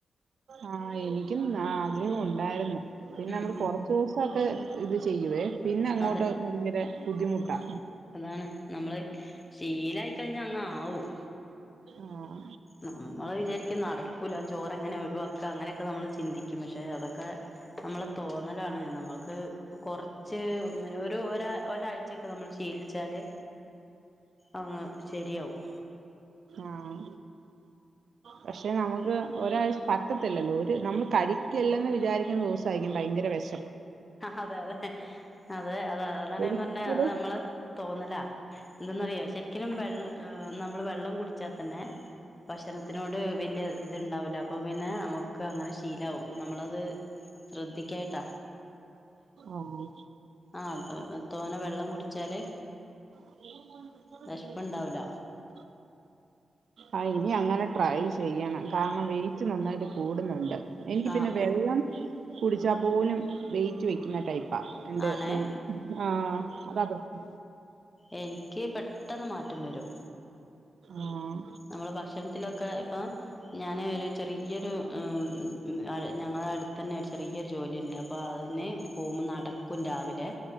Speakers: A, on the right; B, on the left.
A: ആഹ് എനിക്കും ആഗ്രഹം ഒണ്ടായിരുന്നു പിന്നെ
B: ഉം
A: നമ്മള്
B: ഉം
A: കൊറ ച്ചൂസൊക്കെ ഇത് ചെയ്യുവേ പിന്നെ അങ്ങോട്ട്
B: അതെ
A: ഭയങ്കര ബുദ്ധിമുട്ടാ
B: ആഹ് അതാണ് നമ്മള് ശീലായിക്കഴിഞ്ഞാ അങ്ങ് ആവും
A: ആഹ്
B: നമ്മള് വിചാരിക്കും നടക്കൂല ചോറ്ങ്ങനെ ഒഴിവാക്ക്വാ അങ്ങനെയൊക്കെ നമ്മള് ചിന്തിക്കും പക്ഷെ അതൊക്കെ നമ്മളെ തോന്നലാണ് നമ്മൾക്ക് കൊറ ച്ച് ഒരു ഒരാ ഒരാഴ്ച്ചൊക്കെ നമ്മള് ശീലിച്ചാല് അങ്ങ് ശെരിയാവും
A: ആഹ് പക്ഷെ നമുക്ക് ഒരാഴ് പ പറ്റത്തില്ലല്ലോ ഒരു നമ്മൾ കഴിക്കില്ലെന്ന് വിചാരിക്കുന്ന ദൂസായിരിക്കും ഭയങ്കര വെഷ
B: അതെ അതെ അതെ അത് അതാണ്
A: ഒരിക്കലും
B: ഞാം പറഞ്ഞെഅത് നമ്മളെ തോന്നലാ എന്തെന്നറിയോ ശെരിക്കിനും വെള്ള നമ്മള് വെള്ളം കുടിച്ചാ തന്നെ ഭക്ഷണത്തിനോട് വെല്ല്യ ഇത്ണ്ടാവൂല അപ്പൊ പിന്നെ നമുക്ക് അങ്ങനെ ശീലാവും നമ്മളത് ശ്രദ്ധിക്കായിട്ടാ
A: ആഹ്
B: ആഹ് തോനെ വെള്ളം കുടിച്ചാല്
A: <inaudible>
B: വിഷപ്പുണ്ടാവൂല
A: ആഹ് ഇനി അങ്ങനെ ട്രൈ ചെയ്യണം കാരണം വെയിറ്റ് നന്നായിട്ട് കൂടുന്നുണ്ട് എനിക്കിപിന്നെ
B: ആഹ്
A: വെള്ളം കുടിച്ചാ പോലും വെയിറ്റ് വെക്കുന്ന ടൈപ് പ ഇന്റെ
B: ആണേ
A: ബോഡി ആഹ് അതാ പ്രശ്
B: എൻക്ക് പെട്ടെന്ന് മാറ്റം വരും.
A: ആഹ്
B: നമ്മള് ഭക്ഷണത്തിലൊക്കെ ഇപ്പം ഞാന് ചെറിയ്യൊരു ഏഹ് ഞങ്ങള അട്ത്തെന്നെ ഒരു ചെറിയ്യൊരു ജോലിണ്ട് അപ്പൊ അയിന് പോമ്പ നട ക്കും രാവിലെ